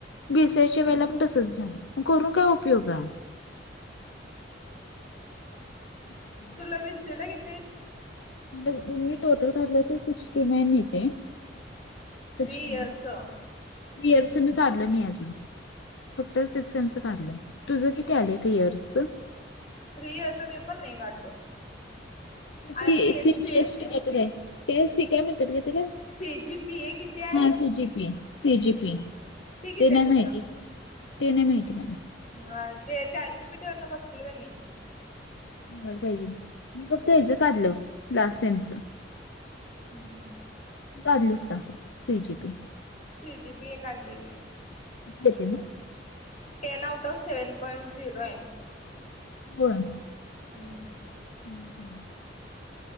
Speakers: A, on the left; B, on the left.
A: <inaudible> बीससच्या वेळेला पण तसच झालं करून का उपयोगा. <inaudible> अच्
B: तुला बसिये ला कितेेय?
A: म मी टोटल काढलं तर सिक्स्टी नाईन येते. <inaudible>
B: थ्री
A: इर्स
B: इयरचं
A: मी काढलं नाही अजून फक्त सिक्स <inaudible> पलं तुझं किती आले रियार्सच.
B: फ्री याच मी पण नाही काढलो. आणि
A: C S
B: S
A: T
B: C
A: केसटी
B: G
A: काय म्हणतात ग त्याला.
B: सी जी पी ए किती आहे
A: हा C G P. C G P
B: ती किती
A: ते नाही
B: आहे
A: माहिती
B: तुझं?
A: ते नाही माहिती मला
B: ह ते चार्ट जीपिटीवरन बघशील कनी.
A: मी फक्त ह्याच काढलं लास्ट सेमचं.
B: हम हम.
A: काढलस का C G P.
B: C G P हे काढलेली की
A: क ते ना
B: ten out of seven point zero आहे.
A: होय.
B: हम्म
A: हम.